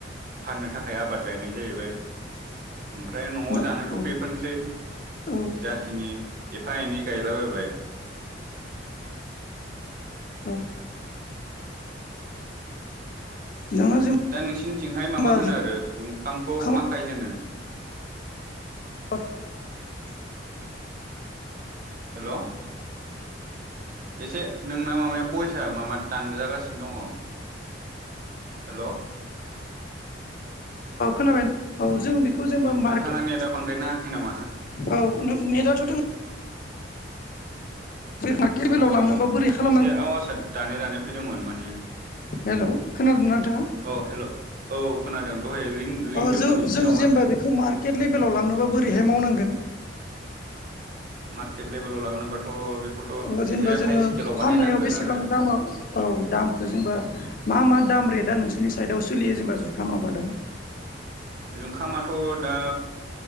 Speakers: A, on the right (about 50°); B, on the left (about 50°).
A: फाननो थाखाय आबाद गायनाय जाहैबाय ओमफ्राय न'आव
B: औ
A: जानोथ'
B: औ
A: बेफोरनोसै
B: औ
A: जाखिनि एफा एनै गायलाबायबाय
B: औ नोङो
A: दा नोंसिनिथिंहाय
B: जेनेबा
A: मामा होनो आरो जुंखामखौ
B: जुखाम
A: माखाय होनो
B: आबादखौ
A: <inaudible> हेल' एसे नोंना मामाया बयसा मामा दानजागासिनो दङ हेल'
B: औ खोनाबायना औ जों बेखौ जेनबा
A: नोंथांना
B: मार्केट
A: नेटआ बांद्राय नाङाखै नामा
B: औ नों नेटआथ' दोंओ
A: <inaudible>
B: बे मार्केट बेलायाव
A: अ
B: लांनोबा बोरै खालामनांगौ
A: एसे आवासा दानै दानै फैदोंमोन माने
B: हेलौ खोनादों ना नोंथाङा अ
A: औ हेल' औ खोनादों दहाय रिं रिंदोंमोन
B: जो
A: एसे
B: जोङो
A: आवाजआ
B: जेनेबा बेखौ मार्केट लेभेलाव लांनोबा बोरैहाय मावनांगोन
A: मार्केट लेभेलाव लांनोबाथ' बेखौथ'
B: ओ जेनेबा
A: एसे
B: जोङो
A: हाइ स्केलाव बानायनांगोन
B: फाननायाव बेसेबां
A: आरो
B: दामाव औ दामखौ जोंबा मा मा दाम रेट दा नोंसोरनि साइडआव सोलियो जेनेबा जुखाम आबादाव
A: जुंखामाथ' दा